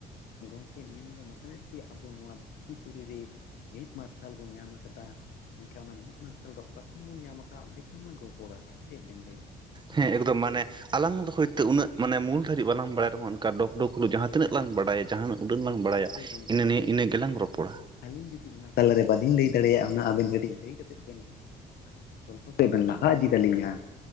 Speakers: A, on the left (about 70°); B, on the right (about 25°).
A: ᱜᱚᱢᱠᱮ ᱢᱮᱱᱫᱚ ᱱᱚᱜᱼᱚᱭ ᱡᱮ ᱟᱵᱚ ᱱᱚᱣᱟ ᱫᱷᱟᱹᱨᱛᱤ ᱯᱩᱨᱤ ᱨᱮ ᱢᱤᱫ ᱢᱟᱨᱼᱼ ᱢᱟᱨᱥᱟᱞ ᱵᱚᱱ ᱧᱟᱢ ᱟᱠᱟᱫᱟ ᱮᱱᱠᱷᱟᱱ ᱚᱱᱟ ᱢᱤᱫ ᱢᱟᱨᱥᱟᱞ ᱫᱚ ᱚᱠᱟ ᱠᱷᱚᱱ ᱵᱚᱱ ᱧᱟᱢ ᱟᱠᱟᱫᱟ ᱚᱸᱰᱮ ᱠᱷᱚᱱ ᱞᱟᱝ ᱨᱚᱯᱚᱲᱟ ᱪᱮᱫ? ᱵᱮᱱ ᱞᱟᱹᱭᱟ
B: ᱦᱮᱸ ᱮᱠᱫᱚᱢ ᱢᱟᱱᱮᱼᱼ ᱟᱞᱟᱝ ᱫᱚ ᱦᱚᱭᱛ ᱩᱱᱟᱹᱜ ᱢᱟᱱᱮ ᱢᱩᱞ ᱫᱟᱨᱤᱡ ᱵᱟᱞᱟᱜ ᱨᱮᱦᱚᱸᱚᱱᱠᱟ ᱰᱚᱜᱽ ᱰᱚᱜᱽ ᱞᱩᱩᱜ ᱡᱟᱦᱟᱸ ᱛᱤᱱᱟᱹᱜ ᱞᱟᱝ ᱵᱟᱲᱟᱭᱟᱼᱼ ᱡᱟᱦᱟᱱᱟᱜ ᱩᱰᱟᱹᱱ ᱞᱟᱝ ᱵᱟᱲᱟᱭᱟ
A: ᱦᱳᱭ ᱜᱚᱝᱠᱮ
B: ᱤᱱᱟᱹ ᱱᱤᱭᱟᱹᱮ ᱤᱱᱟᱹᱜ ᱜᱮᱞᱟᱝ ᱨᱚᱯᱚᱲᱟ᱾
A: ᱟᱹᱞᱤᱧ ᱡᱩᱫᱤ ᱚᱱᱟ ᱛᱟᱞᱟᱨᱮ ᱵᱟᱹᱞᱤᱧ ᱞᱟᱹᱭ ᱫᱟᱲᱮᱭᱟᱜᱼᱟ ᱚᱱᱟ ᱟᱵᱮᱱ ᱜᱟᱹᱰᱤᱡᱼᱼ ᱞᱟᱹᱭ ᱠᱟᱛᱮᱫ ᱵᱮᱱ ᱜᱚᱞᱯᱚ ᱛᱮ ᱵᱮᱱ ᱞᱟᱦᱟ ᱤᱫᱤ ᱛᱟᱞᱤᱧᱟ᱾